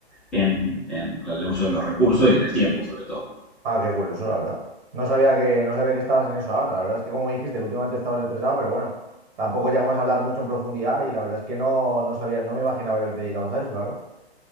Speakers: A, in the centre; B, on the right.
A: en- en el uso de los recursos y en el tiempo, sobre todo.
B: ah, qué curioso, la verdad. No sabía que, no sabía que estabas en eso ahora. La verdad es que como me dijiste que últimamente estabas estresado, pero bueno, tampoco llegamos a hablar mucho en profundidad y la verdad es que no, no sabía, no me imaginaba yo que te dedicabas a eso, la verdad.